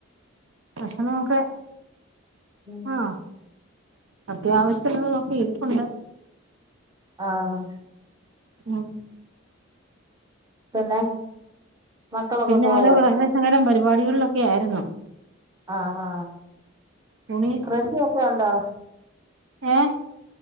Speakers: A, on the right; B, on the right.
A: ഭക്ഷണമൊക്കെ
B: ഉം ഉം
A: ആഹ് അത്യാവശ്യത്തിനുള്ളതൊക്കെ ഇരിപ്പുണ്ട്
B: ആഹ്
A: ഉം
B: പിന്നെ മക്കളൊക്കെ
A: പിന്നോരോ
B: പോയോ
A: വേറെ
B: സ്കൂള്
A: ശകലം പരിപാടികളിലൊക്കെയായിരുന്നു
B: ആഹാ
A: തുണി
B: കൃഷിയൊക്കെയുണ്ടോ
A: ഏഹ്